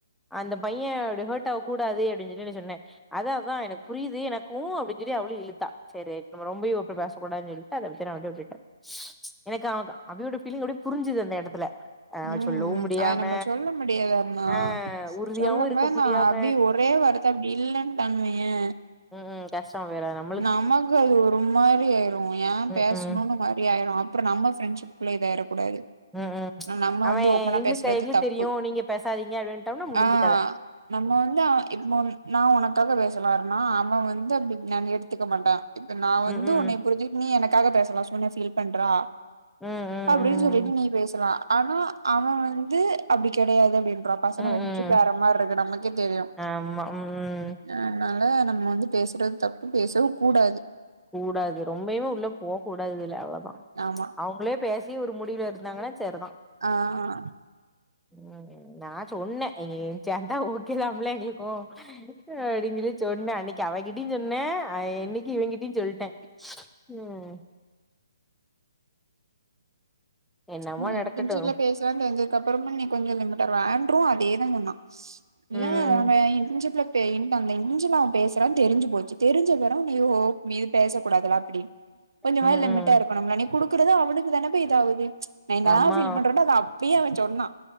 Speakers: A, in the centre; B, on the right.
A: அந்த பைய அப்ப ஹார்ட் ஆக கூடாது அப்படின்னு சொல்லி ந சொன்னே அதா அதா எனக்கு புரியுது எனக்கு அப்படின் சொல்லி அவளு இழுத்தா சரி நம்ம ரொம்பையு அற பேசக்கூடான் சொல் <unintelligible> விட்டுட்டே எனக்கு அவ அவோட ஃபீலிங் எனக்கு புரிஞ்சுது அந்த எடத்துல ஆ
B: ம்
A: சொல்லவு முடியாம
B: அது நம்ம சொல்ல முடியாதன்னா
A: ஆ உறுதியாவு
B: சொல்லும்போது
A: இருக்க முடியாம
B: நா அப்டி ஒரே வார்த் தை அப்டி இல்லன்ட்டாங்கவய்யே
A: ம் ம் கஷ்டமா போற நம்
B: நமக்கு அது ஒரு மாரி ஆயிரு ஏ
A: ம்
B: பேசணுனு
A: ம்
B: மாரி ஆயிரு அப்பற நம்ம ஃப்ரெண்ட்ஷிப் குள்ள இதாயிர கூடாது
A: ம் ம்
B: நம்ம
A: அவ
B: வந்து ஓப்பனா
A: எங்களுக்கு
B: பேசுறது
A: எங்களுக்கு
B: தப்பு
A: தெரியு நீங்க பேசாதீங்க அப்டின்ட்டோம்னா முடிஞ்சு
B: ஆ
A: கத
B: நம்ம வந்து அவ இப்போ நா உனக்காக பேசலாருனா அவ வந்து அப்டி நா எடுத்துக்க மாட்டே இப்ப நா வந்து
A: ம் ம்
B: உன்ன புரி்சுட்டு நீ எனக்காக பேசலா சோ நீ ஃபீல் பண்றா
A: ம் ம்
B: அப்படின்னு
A: ம்
B: சொல்லிட்டு நீ பேசலா ஆனா அவ வந்து அப்டி கெடையாது அப்டின்றா பசங்க
A: ம்
B: வெந்சி
A: ம்
B: போறமார்ருக்கு நமக்கே தெரியு
A: ஆமா ம்
B: அதனால நம்ம வந்து பேசுறது தப்பு பேசவு கூடாது
A: கூடாது ரொம்பயு உள்ள போக கூடாதுல அவ்ளவுதா
B: ஆமா
A: அவங்களே பேசி ஒரு முடிவு எடுத்தாங்கன்னா சரிதா
B: ஆ
A: ம் நா சொன்னே எ சேந்தா ஊக்கலாம்ல எங்களுக்கு அப்படிங்கிழி சொன்னே அன்னைக்கு அவகிட்டிய் சொன்னே அ என்னைக்கு இவ கிட் டயு சொல்ட்டே ம் என்னமோ
B: ஆ <unintelligible>
A: நடக்கட்டு
B: பேசுறானு தெரிஞ்சதப்பறமு நீ கொஞ்ச லிமிட்டா வேண்ட்ரு அதேதா சொன்னா இல்ல
A: ம்
B: அ இர்ன்ஷிப்ல பே இந்த அந்த இஞ்ச ந பேசுறா தெரிஞ்சு போச்சு தெரிஞ்ச பெறகு நீ ஹோப் மீது பேச கூடாதுல அப்டி கொஞ்சமாது
A: ம்
B: லிமிட்டா இருக்கணும்ல நீ குக்குறது அவளுக் தானேப்ப இதாகுது நா என்னல்லா
A: ஆமா
B: ஃபீல் பண்றனோ அத அப்டியே அவ சொன்னா